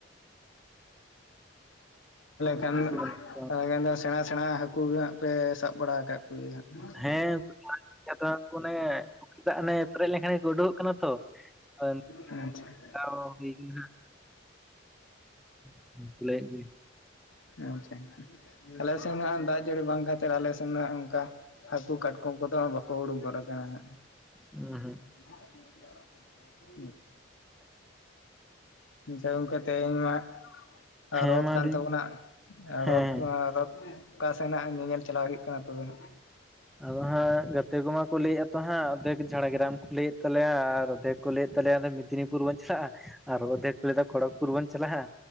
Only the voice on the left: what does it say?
ᱠᱷᱟᱱ ᱫᱚ
ᱛᱟᱦᱚᱞᱮ ᱠᱷᱟᱱ ᱫᱚ ᱥᱮᱬᱟ ᱥᱮᱬᱟ ᱦᱟᱹᱠᱩ ᱜᱮ ᱦᱟᱸᱜ ᱯᱮ ᱥᱟᱵ ᱵᱟᱲᱟ ᱟᱠᱟᱜ ᱠᱚᱜᱮᱭᱟ ᱦᱟᱸᱜ ᱾
ᱦᱟᱸᱜ ᱟᱪᱪᱷᱟ
ᱟᱪᱪᱷᱟ ᱾ ᱟᱞᱮ ᱥᱮᱱ ᱫᱚ ᱦᱟᱸᱜ ᱫᱟᱜ ᱡᱟᱹᱲᱤ ᱵᱟᱝ ᱠᱷᱟᱹᱛᱤᱨ ᱟᱞᱮ ᱥᱮᱱ ᱫᱚ ᱚᱱᱠᱟ ᱾ ᱦᱟᱹᱠᱩ ᱠᱟᱴᱠᱚᱢ ᱠᱚᱫᱚ ᱦᱟᱸᱜ ᱵᱟᱠᱚ ᱩᱰᱩᱠ ᱜᱚᱫ ᱟᱠᱟᱱᱟ ᱦᱟᱸᱜ᱾
<unintelligible> ᱟᱪᱪᱷᱟ, ᱡᱟ ᱜᱚᱝᱠᱮ ᱛᱮᱦᱮᱧ ᱢᱟ ᱦᱟᱸᱜ ᱟᱨ
ᱨᱚᱛ
ᱠᱟᱱ
ᱛᱟᱵᱚᱱᱟᱜ ᱟ
ᱨᱚᱛ
ᱢᱟ ᱨᱚᱛ ᱚᱠᱟ ᱥᱮ ᱱᱷᱟᱸᱜ ᱧᱮᱧᱮᱞ ᱪᱟᱞᱟᱣ ᱦᱩᱭᱩᱜ ᱠᱟᱱᱟ ᱛᱚᱵᱮ ᱦᱟᱸᱜ?